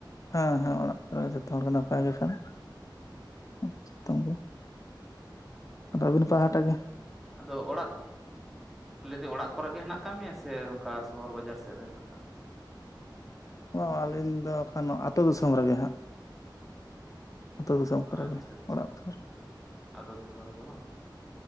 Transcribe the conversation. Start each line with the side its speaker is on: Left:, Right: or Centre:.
Left: ᱦᱮᱸ ᱦᱮᱸ ᱚᱲᱟᱜ ᱠᱚᱨᱮ ᱡᱚᱛᱚ ᱦᱚᱲᱜ ᱱᱟᱯᱟᱭ ᱜᱮ ᱠᱷᱟᱱ ᱚᱛ <unintelligible> ᱜᱮ ᱨᱵᱤᱱ ᱯᱟᱦᱴᱟᱜ ᱜᱮ
Centre: ᱟᱫᱚ ᱚᱲᱟᱜ ᱞᱟᱹᱭ ᱫᱚ ᱚᱲᱟᱜ ᱠᱚᱨᱮᱜ ᱜᱮ ᱦᱮᱱᱟᱜ ᱟᱠᱟᱫ ᱢᱮᱭᱟ ᱥᱮ ᱚᱱᱠᱟ ᱥᱚᱦᱚᱨ ᱵᱟᱡᱟᱨ ᱥᱮᱫ ᱨᱮ ᱦᱮᱱᱟᱜ ᱟᱠᱟᱫ ᱢᱮᱭᱟ
Left: ᱵᱟᱝ ᱟᱹᱞᱤᱧ ᱫᱚ ᱮᱠᱷᱟᱱ ᱟᱛᱳ ᱫᱤᱥᱚᱢ ᱨᱮᱜᱮ ᱦᱟᱸᱜ ᱟᱹᱛᱩᱳ ᱫᱤᱥᱚᱢ ᱠᱚᱨᱮᱜᱮ
Centre: ᱟᱪᱪᱷᱟ ᱟᱪᱪᱷᱟ
Left: ᱚᱲᱟᱜ ᱥᱩᱨ ᱨᱮ
Centre: ᱟᱫᱚ ᱫᱤᱥᱚᱢ ᱨᱮᱫᱚ ᱵᱟᱝ